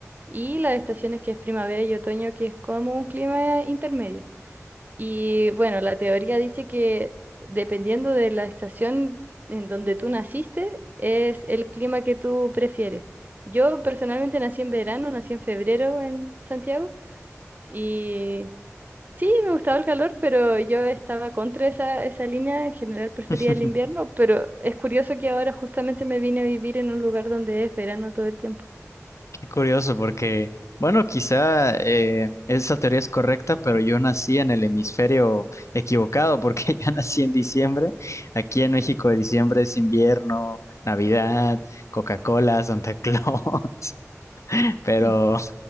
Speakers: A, on the right (about 35°); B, on the left (about 65°).
A: Y las estaciones que es primavera y otoño, que es como un clima intermedio. Y bueno, la teoría dice que dependiendo de la estación en donde tú naciste, es el clima que tú prefieres. Yo personalmente nací en verano, nací en febrero en Santiago y sí, me gustaba el calor, pero yo estaba contra esa, esa línea, en general prefería
B: <laughs>
A: el invierno, pero es curioso que ahora justamente me vine a vivir en un lugar donde es verano todo el tiempo.
B: Qué curioso, porque, bueno, quizá eh, esa teoría es correcta, pero yo nací en el hemisferio equivocado, porque <laughs> yo nací en diciembre. Aquí en México, diciembre es invierno, Navidad, Coca-Cola, Santa Claus. <laughs> Pero
A: <laughs>